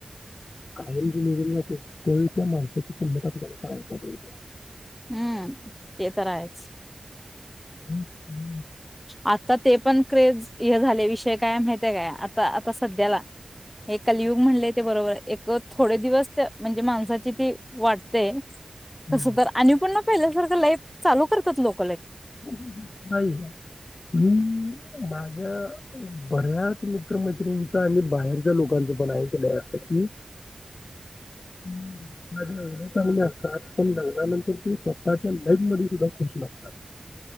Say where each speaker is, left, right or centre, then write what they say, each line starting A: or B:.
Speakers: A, on the left (about 65°); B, on the left (about 15°).
A: कायम डिलेिवरी लाे त्यावेळी त्या माणसाची क्षमता कुल्याला करायचा हो्या
B: हम्म ते तर आहेच
A: ह हम्म
B: आता ते पण ्रेज झा विषय काय माहिताय काय आता आता सध्याला हे कलियुग म्हणले ते बरोबराय, एक थोडे दिवस म्हणजे माणसाची ती वाटते.
A: हं.
B: कसं तर आणि पण न पहिल्यासारखं लाईफ चालू करतात लोक्
A: <unintelligible> मी माझ्या बऱ्याच मित्रमैत्रिणींचं आणि बाहेरच्या लोकांच पण ऐकलं असं की <unintelligible> असतात पण लग्नानंतर नंतर ते स्वतःच्या लाईफ मध्ये सुद्धा नसतात.